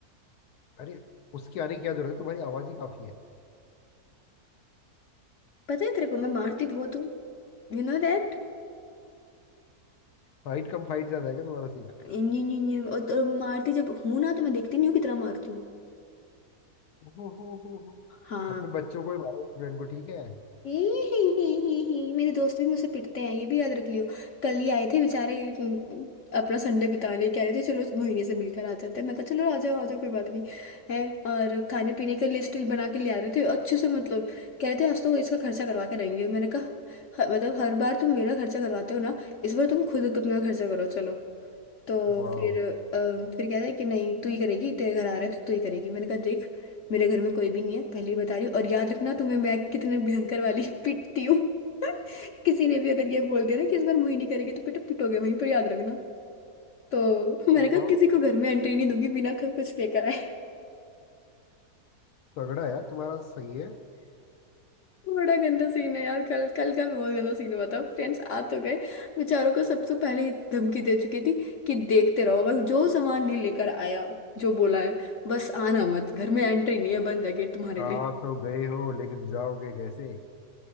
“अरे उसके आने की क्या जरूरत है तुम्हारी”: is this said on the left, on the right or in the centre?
Left